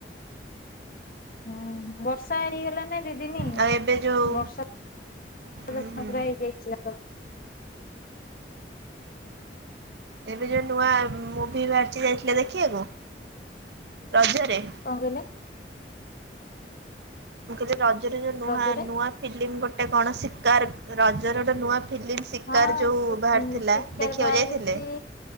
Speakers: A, on the left; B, on the right.
A: ହୁଁ ବର୍ଷା ହେଇଗଲା ନା ଦି ଦି ନୀ
B: ଆଉ ଏବେ ଯୋଉ
A: ବର୍ଷା
B: ହୁଁ
A: ସବୁ
B: ହୁଁ
A: ଭଲ ହେଇ ଯାଇଥିଲା ସବୁ।
B: ଏବେ ଯୋଉ ନୂଆ ମୁଭି ବାହାରିଛି ଯାଇଥିଲେ ଦେଖିବାକୁ ରଜରେ?
A: କଣ କହିଲେ?
B: ମୁଁ କହିଲେ ରଜରେ ଯୋଉ ନୂଆ
A: ରଜରେ?
B: ନୂଆ ଫିଲ୍ମ ଗୋଟେ କଣ ଶିକାର ରଜର ଗୋଟେ ନୂଆ ଫିଲ୍ମ ଶିକାର
A: ହଁ
B: ଯୋଉ
A: ଶୀତକାର
B: ବାହାରି ଥିଲା ଦେଖିବାକୁ
A: ବାହାରିଛି
B: ଯାଇଥିଲେ?